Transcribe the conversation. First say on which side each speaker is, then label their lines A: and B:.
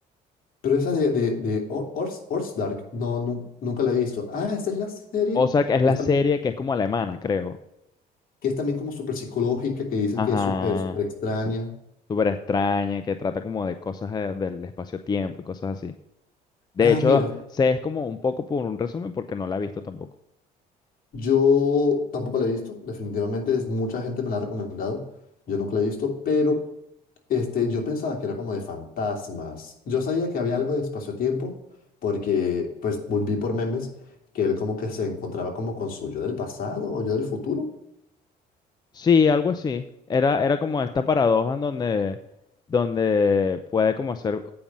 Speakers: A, on the left; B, on the left.
A: Pero esa de, de, de Or- Ors, Dark, no, nun- nunca la he visto. Ah, esa es la serie
B: Ozark es
A: que
B: la
A: es
B: serie
A: también,
B: que es como alemana, creo.
A: que es también como súper psicológica, que dicen
B: Ajá.
A: que es súper, súper extraña.
B: su- Súper extraña, que trata como de cosas de- del espacio-tiempo y cosas así. De
A: Ah,
B: hecho,
A: mira,
B: sé es como un poco por un resumen porque no la he visto tampoco.
A: yo tampoco la he visto, definitivamente es- mucha gente me la ha recomendado, yo nunca la he visto, pero este, yo pensaba que era como de fantasmas. Yo sabía que había algo de espacio-tiempo, porque pues volví por memes que él como que se encontraba como con su yo del pasado o yo del futuro.
B: Sí, algo así. Era, era como esta paradoja en donde, donde puede como hacer